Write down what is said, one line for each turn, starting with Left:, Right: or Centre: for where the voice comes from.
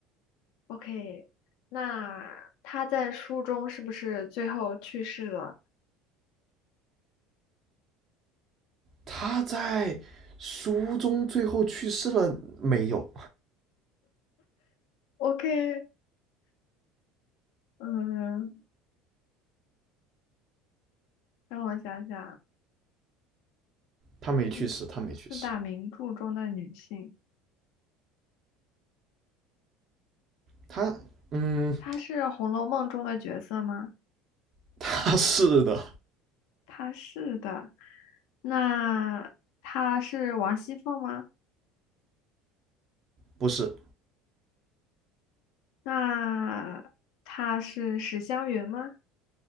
Left: ？OK，那他在书中是不是最后去世了
Right: 他在书中最后去世了没有？
Left: ？OK，嗯，让我想想啊，
Right: 他没去世，
Left: 嗯，
Right: 他没去世。
Left: 四大名著中的女性，
Right: 他，嗯，
Left: 她是《红楼梦》中的角色吗？
Right: <laughs> 他是的，
Left: 她是的。那她是王熙凤吗？
Right: 不是，
Left: 那她是史湘云吗？